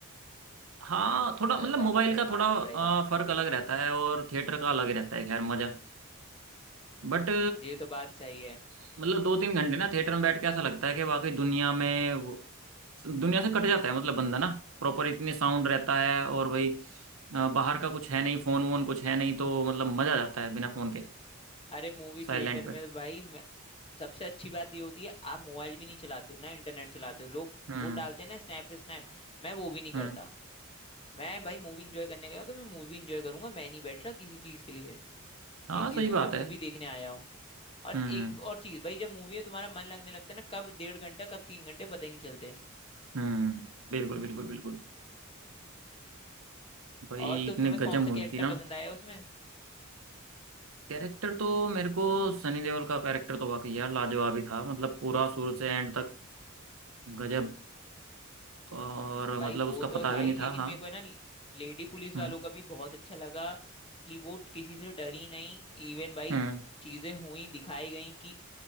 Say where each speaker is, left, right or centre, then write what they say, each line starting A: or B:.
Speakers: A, on the right; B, on the left.
A: हाँ थोड़ा
B: मजा
A: मतलब
B: तो
A: मोबाइल
B: आ गया भाई
A: का थोड़ा
B: मानना पड़ेगा
A: अ, फर्क अलग रहता है और थिएटर का अलग रहता है खैर मजा बट
B: ये तो बात सही है
A: मतलब दो तीन घंटे ना थिएटर में बैठ के ऐसा लगता है कि वाकई दुनिया में वो- दुनिया से कट जाता है मतलब बंदा ना प्रॉपर इतने साउंड रहता है और भाई अ, बाहर का कुछ है नहीं फोन वोन कुछ है नहीं तो मतलब मजा आ जाता है बिना फोन के
B: अरे मूवी
A: साइलेंट
B: थिएटर
A: पे
B: में तो भाई सबसे अच्छी बात ये होती है आप मोबाइल भी नहीं चलाते हो ना इंटरनेट चलाते हो लोग
A: हम्म
B: वो डालते हैं ना स्नैप स्नैप मैं वो भी नहीं
A: हम्म
B: करता मैं भाई मूवी इंजॉय करने गया हूँ तो मैं मूवी इंजॉय करूंगा मैं नहीं बैठ रहा किसी चीज के लिए
A: हाँ
B: इन चीजों
A: सही
B: के
A: बात
B: मैं
A: है
B: मूवी देखने आया हूँ और
A: हम्म
B: एक और चीज भाई जब मूवी में तुम्हारा मन लगने लगता है ना कब डेढ़ घंटा कब तीन घंटे पता ही नहीं चलते
A: हम्म बिल्कुल बिल्कुल बिल्कुल भाई
B: और तो
A: इतने
B: तुम्हें
A: गजब
B: कौन
A: मूवी
B: सा कैरेक्टर
A: थी ना
B: पसंद आया उसमें
A: कैरेक्टर तो मेरे को सनी देओल का कैरेक्टर तो वाकई यार लाजवाब ही था मतलब पूरा शुरू से एंड तक गजब और
B: भाई
A: मतलब
B: वो
A: उसका
B: तो
A: पता
B: था
A: भी
B: ही
A: नहीं
B: लेकिन
A: था हाँ
B: मेरे को है ना लेडी पुलिस
A: हम्म
B: वालों का भी बहुत अच्छा लगा कि वो किसी से डरी नहीं इवन भाई
A: हम्म
B: चीजें हुई दिखाई गई कि